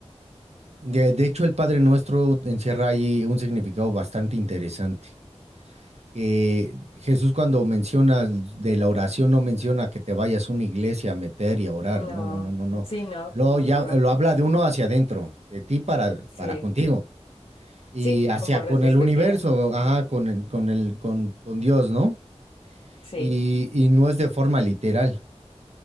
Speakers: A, on the right; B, on the left.
A: De, de hecho, el Padre Nuestro encierra ahí un significado bastante interesante. Que Jesús cuando menciona de la oración no menciona que te vayas a una iglesia a meter y a orar,
B: no.
A: no, no, no, no, no.
B: Sí, no,
A: Lo,
B: no,
A: ya,
B: no, no.
A: lo habla de uno hacia adentro, de ti para,
B: Sí,
A: para contigo y
B: sí,
A: hacia
B: como retrospectiva.
A: con el universo, ajá,
B: Mm,
A: con el, con el, con, con Dios, ¿no?
B: Sí,
A: Y, y no es de forma literal.